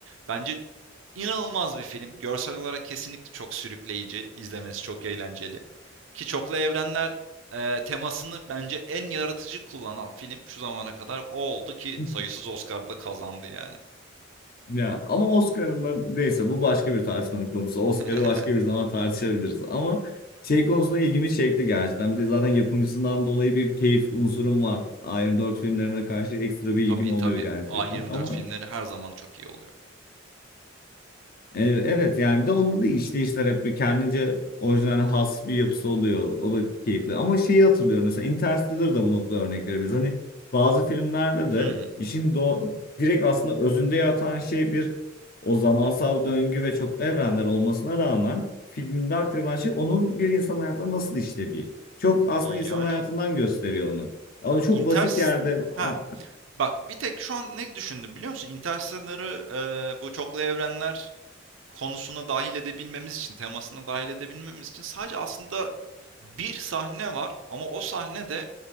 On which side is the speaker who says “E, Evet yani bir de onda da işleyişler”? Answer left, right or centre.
Left